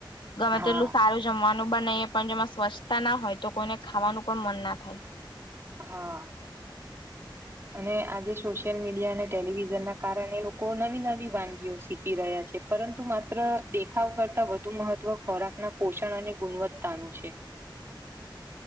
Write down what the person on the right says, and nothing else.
હા.
હા. અને આજે સોશિયલ મીડિયા અને ટેલિવિઝન ના કારણે લોકો નવી-નવી વાનગીઓ શીખી રહ્યા છે. પરંતુ માત્ર દેખાવ કરતા વધુ મહત્વ ખોરાકના પોષણ અને ગુણવત્તાનું છે.